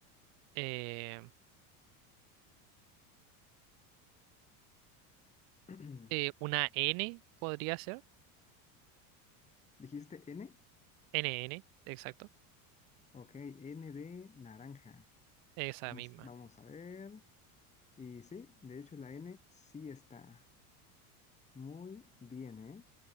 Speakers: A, on the right (about 55°); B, on the left (about 15°).
A: Eh,
B: <clears throat>
A: eh, una N podría ser.
B: ¿Dijiste N?
A: NN, exacto.
B: Ok, N de naranja.
A: Esa
B: Vamos,
A: misma.
B: vamos a ver. Y sí, de hecho la N sí está. Muy bien, ¿eh?